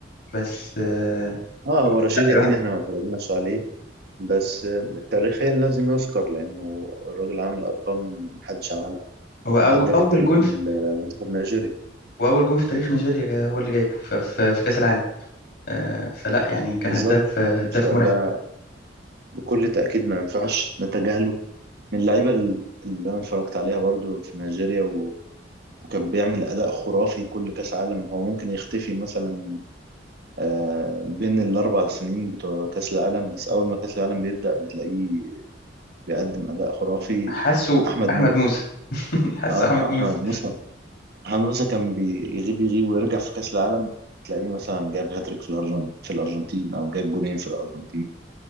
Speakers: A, on the left; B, on the right.
A: بس آه
B: اه هو
A: بس
B: رشيد
A: لا
B: يقين
A: الواحد
B: احنا ما اتفرجناش عليه بس آه، تاريخيا لازم يذكر لانه الراجل عامل ارقام محدش عملها
A: هو أول
B: والهداف
A: أول
B: التاريخي
A: جون في
B: لمنتخب نيجيريا
A: وأول جون في تاريخ نيجيريا هو اللي جايبه ف- ف- في كأس العالم آه فلا يعني كان
B: بالظبط
A: هداف آه، هداف
B: فده
A: مرعب
B: بكل تاكيد ما ينفعش نتجاهله من اللعيبه اللي انا اتفرجت عليها برضو في نيجيريا و... وكان بيعمل اداء خرافي كل كاس عالم هو ممكن يختفي مثلا آه، بين الاربع سنين بتوع كاس العالم بس اول ما كاس العالم بيبدا بتلاقيه بيقدم اداء خرافي
A: حاسه
B: احمد
A: أحمد
B: موسى
A: موسى <laughs> حاسه
B: اه
A: أحمد موسى
B: احمد موسى محمد موسى كان بيغيب يغيب ويرجع في كأس العالم تلاقيه مثلا جاب هاتريك في الأرجنتين في الأرجنتين أو جاب جونين في الأرجنتين